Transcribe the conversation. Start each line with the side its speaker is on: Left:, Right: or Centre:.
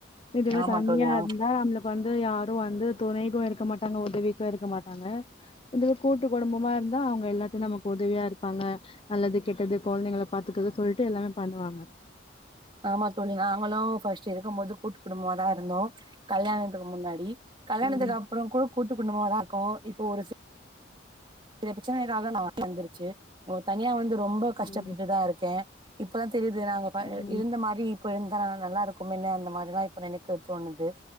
Left: இதுவே
Right: ஆமா
Left: தனியா
Right: தோழி ஆ
Left: இருந்தா நம் வந்து யாரும் வந்து தொணைக்கும் இருக்க மாட்டாங்க உதவிக்கும் இருக்க மாட்டாங்க இதுவே கூட்டு குடும்பமா இருந்தா அவங்க எல்லாத்லேயு நமக்கு உதவியா இருப்பாங்க நல்லது கெட்டது கொழந்தைங்கள பாத்துக்கறது சொல்ட்டு எல்லாமே பண்ணுவாங்க
Right: ஆமா தோழி நாங்களு ஃபர்ஸ்ட் இருக்கு போது கூட்டு குடும்பமாதா இருந்தோ கல்யாணத்துக்கு முன்னாடி கல்யாணத்துக்கு
Left: ம்
Right: அப்றோ கூட கூட்டுக்குடும்பமாதா இருக்கோ இப்போ ஒரு சி ல பிரச்சனைனால நா வந்துருச்சு உங் தனியா வந்து ரொம்ப கஷ்டப்பட்டுதா
Left: ம்
Right: இருக்கேன் இப்பதா தெரியுது நாங்க ப
Left: ம்
Right: இருந்த மாரி இப்ப இருந்தா நல்லாருக் குமில்ல அந்த மாரி தான் இப்ப நினைக்க தோணுது